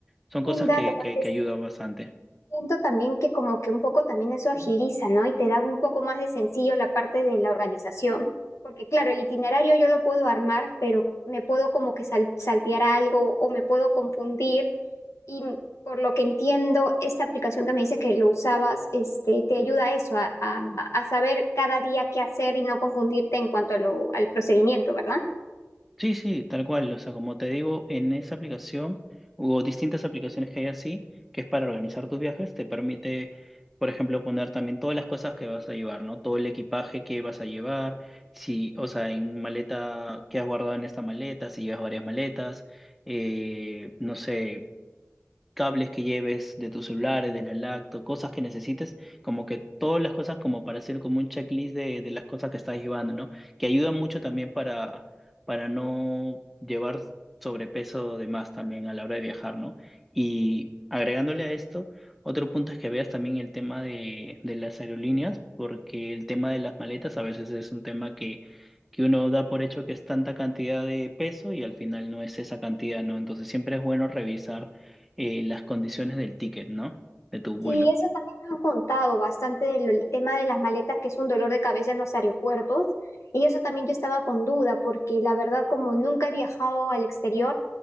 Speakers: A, in the centre; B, on the left.
A: Son
B: Buen
A: cosas
B: dato,
A: que,
B: porque
A: que, que ayudan bastante.
B: Siento también que como que un poco también eso agiliza, ¿no? Y te da un poco más de sencillo la parte de la organización, porque claro, el itinerario yo lo puedo armar, pero me puedo como que sal- saltear algo o me puedo confundir. Y m- por lo que entiendo, esta aplicación que me dice que lo usabas, este, te ayuda a eso, a, a, a saber cada día qué hacer y no confundirte en cuanto a lo, al procedimiento, ¿verdad?
A: Sí, sí, tal cual. O sea, como te digo, en esa aplicación o distintas aplicaciones que hay así, que es para organizar tus viajes, te permite, por ejemplo, poner también todas las cosas que vas a llevar, ¿no? Todo el equipaje que vas a llevar, si, o sea, en maleta, qué has guardado en esta maleta, si llevas varias maletas, eh, no sé. cables que lleves de tus celulares, de la lacto, cosas que necesites, como que todas las cosas como para hacer como un checklist de, de las cosas que estás llevando, ¿no? Que ayuda mucho también para, para no llevar sobrepeso de más también a la hora de viajar, ¿no? Y agregándole a esto, otro punto es que veas también el tema de, de las aerolíneas, porque el tema de las maletas a veces es un tema que... que uno da por hecho que es tanta cantidad de peso y al final no es esa cantidad, ¿no? Entonces siempre es bueno revisar eh, las condiciones del ticket, ¿no? De tu vuelo.
B: Sí, eso también me han contado bastante del el tema de las maletas, que es un dolor de cabeza en los aeropuertos. Y eso también yo estaba con duda, porque la verdad, como nunca he viajado al exterior,